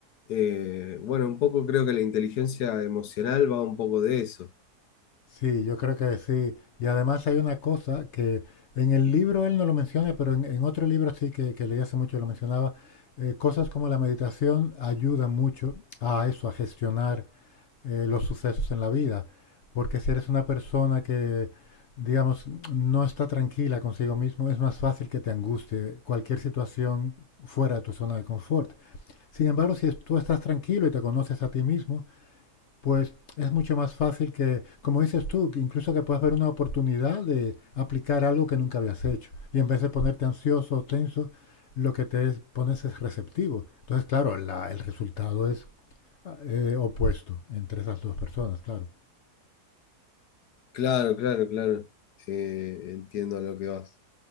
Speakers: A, on the left; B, on the left.
A: Eh, bueno, un poco creo que la inteligencia emocional va un poco de eso.
B: Sí, yo creo que sí. Y además hay una cosa que en el libro él no lo menciona, pero en, en otro libro sí que, que leí hace mucho lo mencionaba. eh, cosas como la meditación ayudan mucho a eso, a gestionar eh, los sucesos en la vida. Porque si eres una persona que, digamos, no está tranquila consigo mismo, es más fácil que te angustie cualquier situación fuera de tu zona de confort. Sin embargo, si es- tú estás tranquilo y te conoces a ti mismo, pues es mucho más fácil que, como dices tú, que incluso que puedas ver una oportunidad de aplicar algo que nunca habías hecho. Y en vez de ponerte ansioso o tenso, lo que te es- pones es receptivo. Entonces, claro, la- el resultado es eh, opuesto entre esas dos personas, claro.
A: Claro, claro, claro. Eh, entiendo a lo que vas.